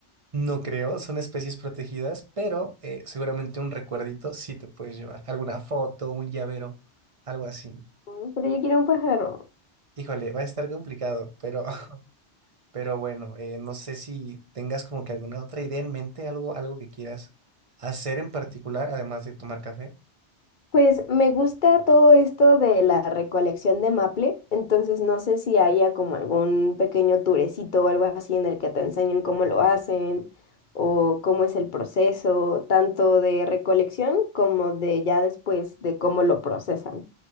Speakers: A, on the right (about 30°); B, on the left (about 50°).
A: No creo, son especies protegidas, pero eh, seguramente un recuerdito sí te puedes llevar. Alguna foto, un llavero, algo así.
B: Mm, Pero yo quiero un pájaro.
A: Híjole, va a estar complicado, pero, <laughs> pero bueno, eh, no sé si tengas como que alguna otra idea en mente, algo, algo que quieras hacer en particular, además de tomar café.
B: Pues me gusta todo esto de la recolección de maple, entonces no sé si haya como algún pequeño turecito o algo así en el que te enseñen cómo lo hacen o cómo es el proceso, tanto de recolección como de ya después de cómo lo procesan,